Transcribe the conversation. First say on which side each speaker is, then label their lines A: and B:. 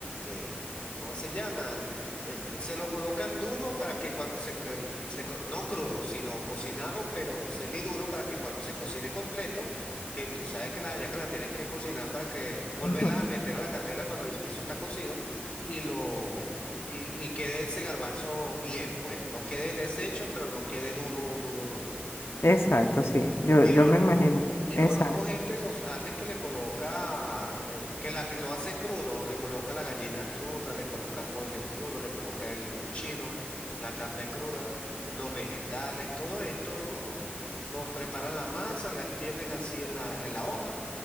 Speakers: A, on the left; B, on the left.
A: eh, eh, ¿cómo se llama? Eh, se lo colocan duro para que cuando se, eh, se co- no crudo, sino cocinado, pero semiduro para que cuando se cocine completo, que tú sabes que las hallacas las tienes que cocinar para que volverlas
B: Ujú.
A: a meter a la candela cuando el guiso está cocido y lo y, y quede ese garbanzo bien, pues no quede deshecho, pero no quede duro, duro, duro.
B: Exacto, sí. Yo,
A: Pero
B: yo me
A: no,
B: imagino.
A: y
B: Exacto.
A: conozco gente en los Andes que le coloca, eh, que, la, que lo hace crudo, le coloca la gallina cruda, le coloca pollo crudo, le coloca el cochino, la carne cruda, los vegetales, todo esto lo preparan la masa, la extienden así en la, en la hoja